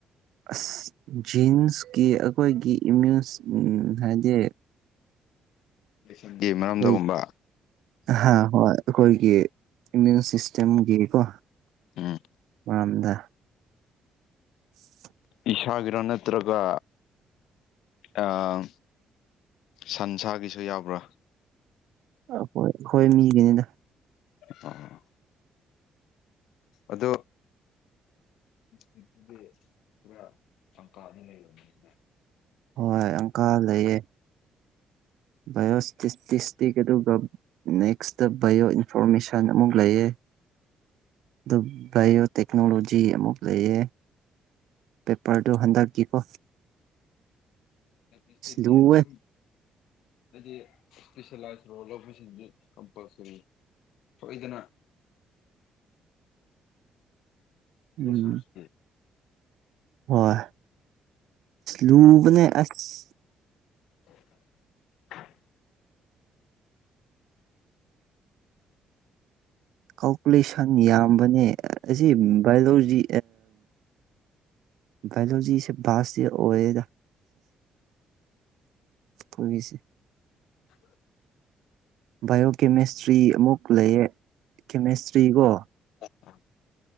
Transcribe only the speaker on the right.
ꯑꯁ ꯖꯤꯟꯁꯀꯤ ꯑꯩꯈꯣꯏꯒꯤ ꯏꯃ꯭ꯌꯨꯁ ꯍꯥꯏꯗꯤ
ꯑꯩꯈꯣꯏ ꯍꯥ ꯍꯣꯏ ꯑꯩꯈꯣꯏꯒꯤ ꯏꯃ꯭ꯌꯨꯟ ꯁꯤꯁꯇꯦꯝꯒꯤꯀꯣ
ꯋꯥꯝꯗ <inaudible>
ꯑꯈꯣꯏ ꯑꯩꯈꯣꯏ ꯃꯤꯒꯤꯅꯤꯅ
ꯍꯣꯏ ꯑꯪꯀꯥ ꯂꯩꯌꯦ ꯕꯥꯏꯑꯣꯐꯤꯇꯤꯁ ꯑꯗꯨꯒ ꯅꯦꯛꯁꯇ ꯕꯥꯏꯌꯑꯣ ꯏꯟꯐꯣꯔꯃꯦꯁꯟ ꯑꯃꯨꯛ ꯂꯩꯌꯦ ꯑꯗꯨ ꯕꯥꯏꯌꯑꯣ ꯇꯦꯛꯅꯣꯂꯣꯖꯤ ꯑꯃꯨꯛ ꯂꯩꯌꯦ ꯄꯦꯄꯔꯗꯨ ꯍꯟꯗꯛꯀꯤꯀꯣ
ꯂꯨꯋꯦ
ꯎꯝ
ꯍꯣꯏ ꯂꯨꯕꯅꯦ ꯑꯁ
ꯀꯥꯜꯀꯨꯂꯦꯁꯟ ꯌꯥꯝꯕꯅꯦ ꯑꯁꯤ ꯕꯥꯏꯑꯣꯂꯣꯖꯤ ꯚꯥꯏꯂꯣꯖꯤꯁꯦ ꯄꯥꯁꯇꯤ ꯑꯣꯏꯌꯦꯗ ꯑꯣꯏꯔꯤꯁꯦ
ꯕꯥꯏꯑꯣ ꯀꯦꯃꯤꯁꯇ꯭ꯔꯤ ꯑꯃꯨꯛ ꯂꯩꯌꯦ ꯀꯦꯃꯤꯁꯇ꯭ꯔꯤꯒꯣ